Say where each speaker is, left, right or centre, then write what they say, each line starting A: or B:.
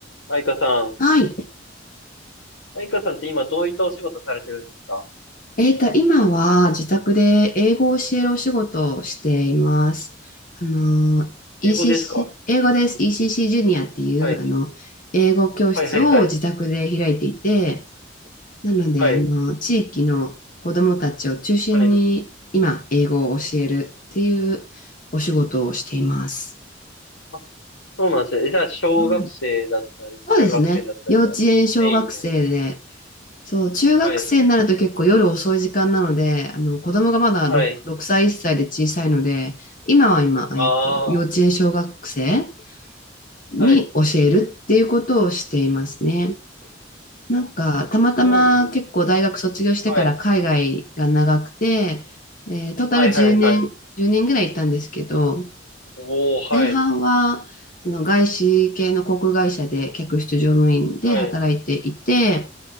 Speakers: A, on the left; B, on the left.
A: マイカさん。
B: はい。
A: マイカさんって今どういったお仕事されてるんですか
B: えーと、今は自宅で英語を教えるお仕事をしています。あの、
A: 英語ですか
B: ECC、英語です。ECC ジュニアっていう、
A: はい。
B: あの、英語教室を自宅で開いていて、
A: はいはいはい。
B: なので、
A: はい。
B: あの、地域の子どもたちを中心に今、
A: はい。
B: 英語を教えるっていうお仕事をしています。
A: あ、そうなんですね。えじゃあ、小学生だったり、
B: はい。そうですね。
A: 中学生だったりがメインの。
B: 幼稚園、小学生で、そう、中学生になると結構夜遅い時間なので、
A: はい。
B: あの子供がまだ
A: はい。
B: 6, 6歳、1歳で小さいので、今は今、
A: ああ、
B: えっと、幼稚園小学生に教えるっていうことをしていますね。
A: はい。
B: なんか、
A: あ、
B: たまたま結構大学卒業してから海外が長くて、
A: そうなんですね。はい。
B: えートータル10年、
A: はいはいはい。
B: 1年ぐらい行ったんですけど、
A: おー、
B: 前半はあの外資系の航空会社で客室乗務員で働いていて、
A: はい。はい。